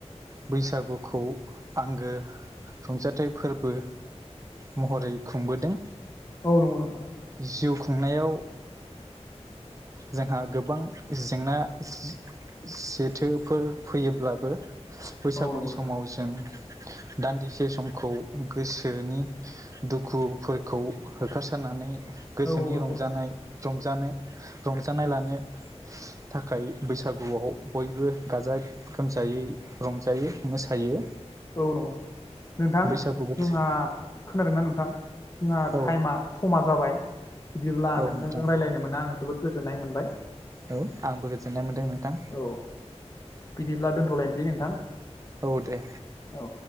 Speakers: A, on the right (about 30°); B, on the left (about 30°).
A: बैसागुखौ आंगो रंजाथाइ फोरबो महरै खुंबोदों।
B: औ नंगौ नोंथां
A: जिउ खुंनायाव जोंहा गोबां जेंना जेथो फोर फैयोब्लाबो बैसागुनि
B: औ नंगौ
A: समाव
B: नोंथां
A: जों दान्दिसे समखौ गोसोनि दुखुफोरखौ होखारसारनानै गोसोनि
B: औ
A: रंजानाय
B: नंगौ नोंथां
A: रं जानो रंजानाय लानो थाखाय बैसागुआव बयबो गाजा गोमजायै रंजायो मोसायो।
B: औ नंगौ नोंथां। नोंथां
A: बैसागु बोथोर
B: जोंहा खोनादों ना नों थां जोंहा
A: औ
B: थाइमा समा जाबाय। बिदिब्ला
A: औ
B: नोंथांजों
A: नोंथां
B: रायलायनो मोनना आं जोबोद गोजोननाय मोनबाय।
A: औ आंबो गोजोननाय मोनदों नोंथां।
B: औ बिदिब्ला दोन्थ'लायनोसै नोंथां।
A: औ दे।
B: औ